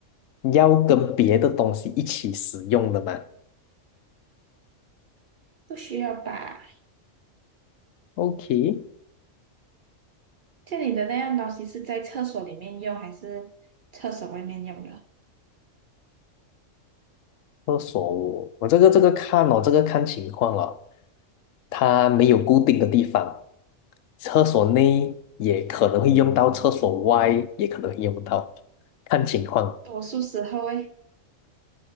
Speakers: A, on the left; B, on the right.
A: 要跟别的东西一起使用的嘛
B: 不需要吧？
A: ？OK，
B: 像你的那样东西是在厕所里面用，还是厕所外面用的？
A: 厕所我我这个这个看哦，这个看情况哦，它没有固定的地方，厕所内也可能会用到，厕所外也可能会用到，看情况。
B: 多数时候会，